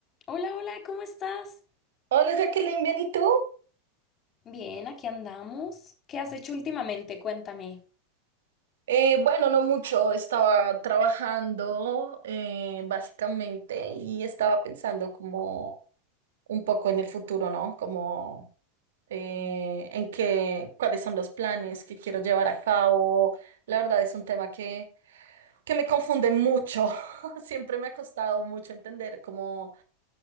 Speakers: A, on the left (about 35°); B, on the right (about 65°).
A: Hola, hola, ¿cómo estás?
B: Hola Jacqueline, ¿bien y tú?
A: Bien, aquí andamos. ¿Qué has hecho últimamente? Cuéntame.
B: Eh, bueno, no mucho, estaba trabajando eh, básicamente y estaba pensando como un poco en el futuro, ¿no? Como eh, en qué, cuáles son los planes que quiero llevar a cabo. La verdad es un tema que, que me confunde mucho. <laughs> Siempre me ha costado mucho entender cómo,